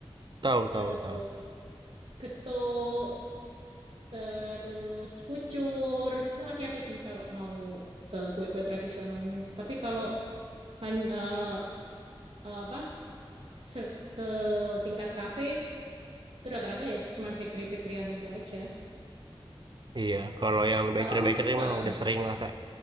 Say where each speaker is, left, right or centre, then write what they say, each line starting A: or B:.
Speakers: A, on the right; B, on the right.
A: tahu
B: Terus
A: tahu tahu.
B: getuk, terus kucur. Itu masih ada sih kalau mau ke kue-kue tradisionalnya. Tapi kalau hanya eh, eh, apa se setingkat kafe itu rata-rata ya cuman bakery-bakeryan itu aja.
A: Iya, kalau yang bakery-bakery
B: Kalau kamu suka
A: mah
B: ya?
A: udah sering lah Kak.